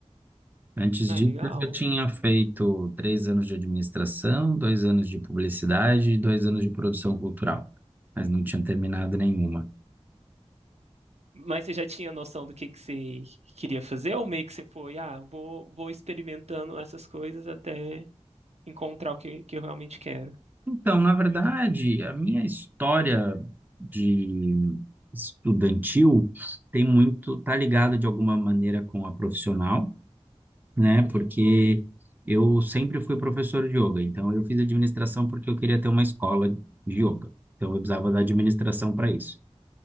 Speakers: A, on the right; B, on the right.
A: Antes
B: Ai,
A: disso,
B: legal.
A: eu já tinha feito três anos de administração, dois anos de publicidade e dois anos de produção cultural, mas não tinha terminado nenhuma.
B: Mas você já tinha noção do que que você queria fazer ou meio que você foi, ah, vou, vou experimentando essas coisas até encontrar o que, que eu realmente quero?
A: Então, na verdade, a minha história de estudantil tem muito, tá ligada de alguma maneira com a profissional, né?
B: Uhum.
A: Porque eu sempre fui professor de yoga, então eu fiz administração porque eu queria ter uma escola de yoga. Então, eu precisava da administração para isso.